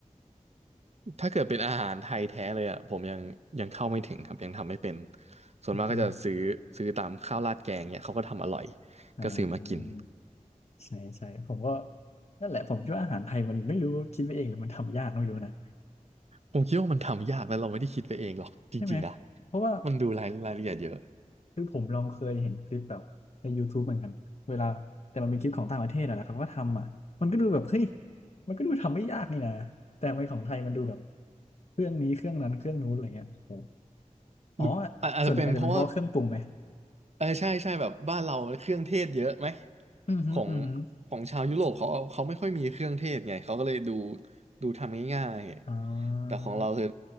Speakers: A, on the right; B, on the left.
A: ถ้าเกิดเป็นอาหารไทยแท้เลยอ่ะผมยังยังเข้าไม่ถึงครับยังทำไม่เป็นส่วนมากก็จะซื้อซื้อตามข้าวราดแกงเนี่ยเขาก็ทำอร่อย
B: อืมอมอ่
A: ก็ซื้อมากิน
B: าใช่ใช่ผมก็นั่นแหละผมคิดว่าอาหารไทยมันไม่รู้คิดไปเองหรือมันทำยากไม่รู้นะ
A: ผมคิดว่ามันทำยากแล้วเราไม่ได้คิดไปเองหรอกจริงๆนะ
B: ใช่ไหมเพราะว่า
A: มันดูรายรายละเอียดเยอะ
B: คือผมลองเคยเห็นคลิปแบบใน YouTube เหมือนกันเวลาแต่มันเป็นคลิปของต่างประเทศอะแหล้เขาก็ทำอ่ะมันก็ดูแบบเฮ้ยมันก็ดูทำไม่ยากนี่นะแต่ทำไมของไทยมันดูแบบเครื่องนี้เครื่องนั้นเครื่องนู้นอะไรเงี้ยโอ้โหอ๋อ
A: หรืออาอาจจะเป็นเพราะว่า
B: ส่วนหนึ่งอาจจะเป็นเพราะว่าเครื่องปรุงไหม
A: เออใช่ใช่แบบบ้านเราเครื่องเทศเยอะไหม
B: อือหืออือหือ
A: ของของชาวยุโรปเขาเขาไม่ค่อยมีเครื่องเทศไงเขาก็เลยดูดูทำง่ายๆไง
B: อ่
A: แต่ของเราคือ
B: า